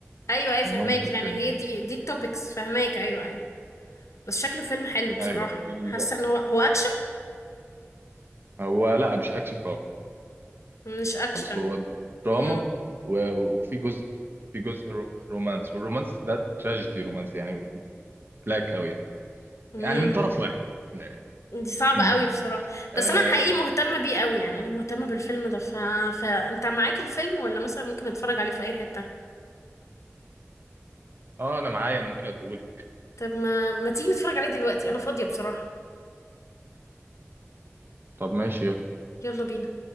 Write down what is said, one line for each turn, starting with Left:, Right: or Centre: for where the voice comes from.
Left: ايوه
Right: عنهم
Left: ايوه فهماك
Right: في الفيلم
Left: يعني هي
Right: يعني
Left: دي دي التوبكس فهماك ايوه ايوه بس شكله فيلم حلو بصراحة
Right: ايوه ال...
Left: حاسة ان هو هو اكشن
Right: هو لا مش اكشن
Left: مش اكشن
Right: خالص هو دراما
Left: امم
Right: و- وفي جزء في جزء رو- رومانس والرومانس ده تراجيدي رومانس يعني بلاك قوي يعني
Left: امم
Right: يعني من طرف واحد من الاخر
Left: دي صعبة
Right: م- م.
Left: قوي بصراحة
Right: اه
Left: بس انا حقيقي مهتمة بيه قوي يعني انا مهتمة بالفيلم ده ف... فانت معاك الفيلم ولا مثلا ممكن نتفرج عليه في اي حتة
Right: آه، انا معايا انا ممكن اديهولك
Left: طب ما, ما تيجي نتفرج عليه دلوقتي انا فاضية بصراحة
Right: طب ماشي يلا
Left: يلا بينا